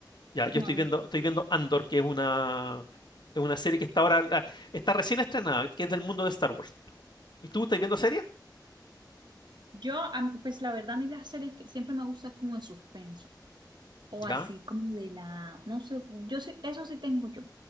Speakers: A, on the left; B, on the right.
A: Ya, yo
B: No.
A: estoy viendo, estoy viendo Andor, que es una, es una serie que está ahora, la- está recién estrenada, que es del mundo de Star Wars. ¿Y tú estás viendo series?
B: Yo, a mí, pues la verdad, a mí las series que siempre me gustan como de suspenso. O así
A: Ya.
B: como de la, no sé, yo sí, eso sí tengo yo.